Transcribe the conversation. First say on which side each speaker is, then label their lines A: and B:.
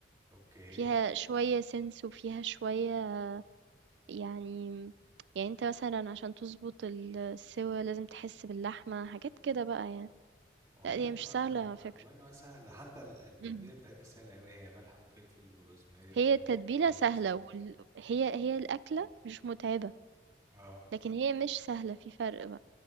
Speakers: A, on the right; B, on the right.
A: اوكي
B: فيها شوية سنس وفيها شوية يعني يعني أنت مثلًا عشان تضبط ال السِوَى لازم تحس باللحمة، حاجات كده بقى يعني.
A: والله
B: لأ هي
A: يا جماعة
B: مش سهلة على فكرة.
A: والله يا جماعة سهل ده حتى ال- التتبيلة
B: إمم.
A: بتاعتها سهلة أوي هي ملح وفلفل وروزماري وحاجات
B: هي التتبيلة
A: بيزكس
B: سهلة
A: يعني
B: وال هي هي الأكلة مش مُتعبة،
A: اه
B: لكن هي مش سهلة، في فرق بقى.